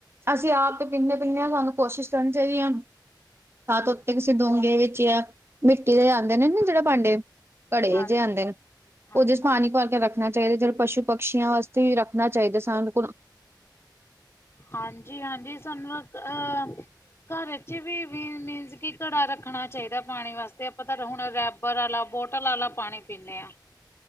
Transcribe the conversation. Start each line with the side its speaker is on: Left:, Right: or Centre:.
Right: ਅਸੀ ਆਪ ਤੇ ਪੀਂਦੇ ਪੀਂਦੇ ਆਂ, ਸਾਨੂੰ ਕੋਸ਼ਿਸ਼ ਕਰਨੀ ਚਾਈਦੀ ਏ
Left: ਹਮ
Right: ਉੱਤੇ ਕਿਸੇ ਡੋਂਗੇ ਵਿੱਚ ਯਾ ਮਿੱਟੀ ਦੇ ਆਂਦੇ ਨੇ ਨਾ ਜੇੜੇ ਭਾਂਡੇ। ਘੜੇ
Left: ਹਾਂਜੀ
Right: ਜੇ ਆਂਦੇ ਨ,
Left: ਹਾਂਜੀ
Right: ਓਦੇ ਚ ਪਾਣੀ
Left: ਹਾਂ।
Right: ਭਰ ਕੇ ਰੱਖ ਰੱਖਨਾ ਚਾਈਦਾ ਜਦ ਪਸ਼ੂ ਪਕਸੀ਼ਆਂ ਵਾਸਤੇ ਵੀ ਰੱਖਣਾ ਚਾਈਦਾ ਸਾਨੂੰ ਕੋ
Left: ਹਾਂਜੀ-ਹਾਂਜੀ ਸਾਨੂੰ ਕ ਘਰ ਚ ਵੀ ਵੀ ਮੀਨਸ ਕਿ ਘੜਾ ਰੱਖਣਾ ਚਾਈਦੈ। ਪਾਣੀ ਵਾਸਤੇ। ਆਪਾਂ ਤਾਂ ਹੁਣ ਰੈਪਰ ਆਲਾ ਬੋਟਲ ਆਲਾ ਪਾਣੀ ਪੀਨੇ ਆਂ।